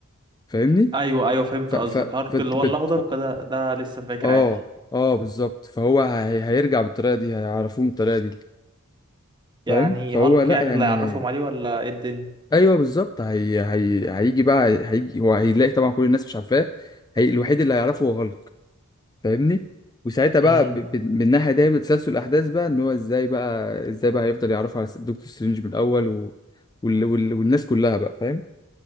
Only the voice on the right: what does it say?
ايوه ايوه فهمت
قصدك
هالك
اللي هو
الاخضر كده ده لسه فاكر
عادي
يعني
هالك
يعني
اللي يعرفهم عليه ولا ايه الدنيا
امم